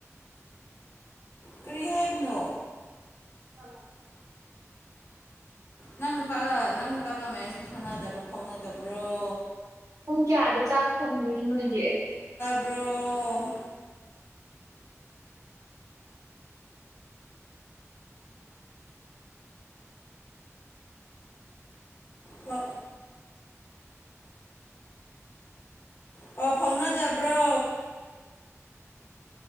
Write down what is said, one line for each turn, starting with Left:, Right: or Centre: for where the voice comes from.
Left: ꯀꯔꯤ ꯍꯥꯏꯕꯅꯣ
Right: ꯑ
Left: ꯅꯪ ꯅꯨꯄꯥꯒ ꯅꯪ ꯅꯨꯄꯥꯒ ꯃꯅ ꯁꯨꯝ ꯊꯥꯅꯗꯕ꯭ꯔꯣ ꯐꯥꯎꯅꯗꯕ꯭ꯔꯣ
Right: ꯄꯨꯡ ꯀꯌꯥꯗ ꯆꯥꯛ ꯊꯣꯡꯗꯣꯏꯅꯣ ꯅꯣꯏꯗꯤ
Left: ꯕ꯭ꯔꯣ ꯀ ꯄꯥꯎ ꯐꯥꯎꯅꯗꯕ꯭ꯔꯣ